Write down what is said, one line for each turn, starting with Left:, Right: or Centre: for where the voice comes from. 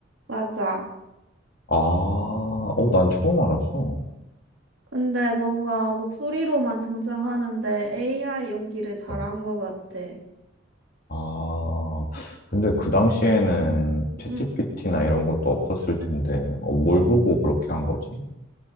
Right: 맞아.
Left: 아, 어, 난 처음 알았어.
Right: 근데 뭔가 목소리로만 등장하는데 AI 연기를 잘한
Left: 응.
Right: 것 같아.
Left: 아, 근데 그 당시에는 챗GPT나
Right: 음,
Left: 이런 것도 없었을 텐데, 어, 뭘 보고 그렇게 한 거지?